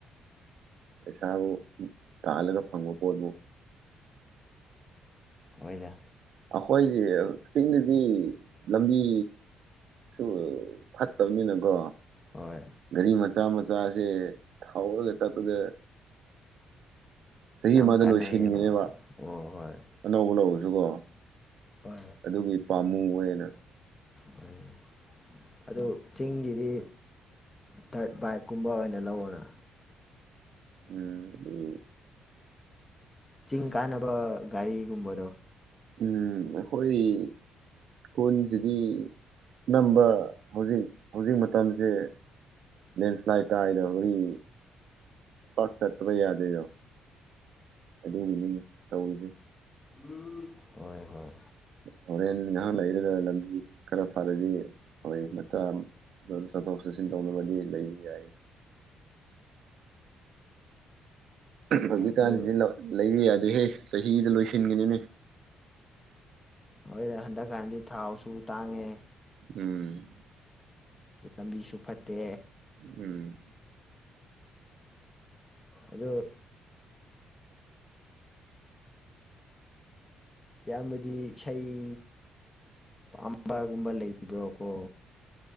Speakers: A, on the right; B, on the left.
A: ꯄꯩꯁꯥꯕꯨ ꯇꯥꯜꯂꯒ ꯐꯪꯕ ꯄꯣꯠꯕꯨ
B: ꯑꯣꯏꯗ
A: ꯑꯩꯈꯣꯏꯒꯤ ꯆꯤꯡꯗꯗꯤ ꯂꯝꯕꯤ ꯁꯨ ꯐꯠꯇꯕꯅꯤꯅꯀꯣ
B: ꯍꯣꯏ
A: ꯒꯥꯔꯤ ꯃꯆꯥ ꯃꯆꯥꯁꯦ ꯊꯥꯎꯔꯒ ꯆꯠꯄꯗ ꯆꯍꯤ
B: ꯌꯥꯝ
A: ꯑꯃꯗ
B: ꯀꯥꯟꯅꯩꯌꯦꯕ
A: ꯂꯣꯏꯁꯤꯟꯒꯅꯦꯕ
B: ꯑꯣ ꯍꯣꯏ
A: ꯑꯅꯧꯕ ꯂꯧꯔꯁꯨꯀꯣ
B: ꯍꯣꯏ
A: ꯑꯗꯨꯒꯤ ꯄꯥꯝꯃꯨꯅ <unintelligible>
B: ꯍꯣꯏꯅꯦ ꯑꯗꯨ ꯆꯤꯡꯒꯤꯗꯤ ꯊꯔꯠ ꯕꯥꯏꯛꯀꯨꯝꯕ ꯑꯣꯏꯅ ꯂꯧꯑꯣꯅ
A: ꯎꯝ ꯑꯗꯨ
B: ꯆꯤꯡ ꯀꯥꯟꯅꯕ ꯒꯥꯔꯤꯒꯨꯝꯕꯗꯣ
A: ꯎꯝ ꯍꯣꯏ ꯀꯨꯣꯟꯁꯤꯗꯤ ꯅꯝꯕ ꯍꯧꯖꯤꯛ ꯍꯧꯖꯤꯛ ꯃꯇꯝꯁꯦ ꯂꯦꯟꯁ꯭ꯂꯥꯏꯠ ꯇꯗ ꯍꯧꯔꯤ ꯄꯛ ꯁꯠꯇꯄ ꯌꯥꯗꯗꯣ ꯑꯗꯨꯒꯤꯅꯤꯅꯤ ꯇꯧꯔꯤꯁꯦ
B: ꯎꯝ ꯍꯣꯏ ꯍꯣꯏ
A: ꯍꯣꯔꯦꯟ ꯉꯥꯏꯍꯥꯛ ꯂꯩꯔꯒ ꯂꯝꯕꯤ ꯈꯔ ꯐꯔꯗꯤ ꯑꯣꯏ ꯃꯆꯥ ꯑꯃ ꯗꯨ ꯆꯠꯊꯣꯛ ꯆꯠꯁꯤꯟ ꯇꯧꯅꯕꯗꯤ ꯂꯩꯕ ꯌꯥꯏ ꯍꯧꯖꯤꯛꯀꯥꯟꯁꯤꯗꯤ
B: ꯑꯗꯨ
A: ꯂꯩꯔꯤ ꯌꯥꯗꯦꯍꯦ ꯆꯍꯤꯗ ꯂꯣꯏꯁꯤꯟꯒꯅꯤꯅꯦ
B: ꯍꯣꯢꯗ ꯍꯟꯗꯛꯀꯥꯟꯗꯤ ꯊꯥꯎꯁꯨ ꯇꯥꯡꯉꯦ꯫
A: ꯎꯝ
B: ꯂꯝꯕꯤꯁꯨ ꯐꯠꯇꯦ
A: ꯎꯝ
B: ꯑꯗꯣ ꯌꯥꯝꯕꯗꯤ ꯏꯁꯩ ꯄꯥꯝꯕꯒꯨꯝꯕ ꯂꯩꯕ꯭ꯔꯣꯀꯣ